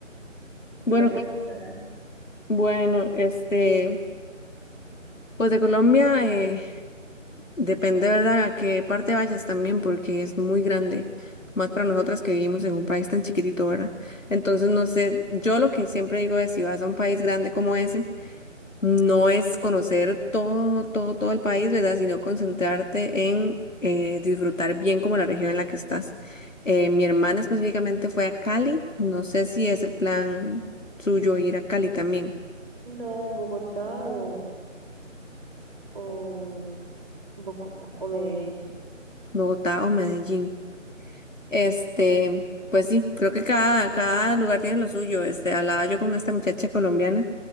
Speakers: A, on the right; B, on the left.
A: ¿qué
B: Bueno,
A: me aconsejaría?
B: cu- bueno, este, pues de Colombia eh, depende, ¿verdad?, a qué parte vayas también, porque es muy grande, más para nosotras que vivimos en un país tan chiquitito, ¿verdad? Entonces, no sé, yo lo que siempre digo es, si vas a un país grande como ese, No es conocer todo, todo, todo el país, ¿verdad? Sino concentrarte en eh, disfrutar bien como la región en la que estás. Eh, mi hermana específicamente fue a Cali. No sé si es el plan suyo ir a Cali también,
A: No, Bogotá o, o Bogotá o Medellín.
B: Bogotá o Medellín. Este, pues sí, creo que cada, cada lugar tiene lo suyo. Este, hablaba yo con esta muchacha colombiana